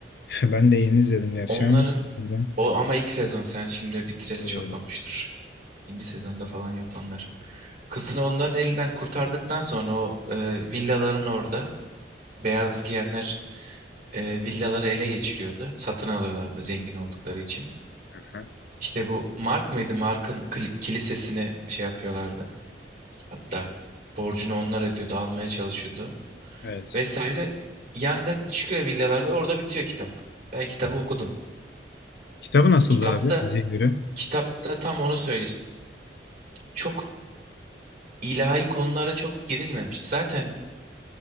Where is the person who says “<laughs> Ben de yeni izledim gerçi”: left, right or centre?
Left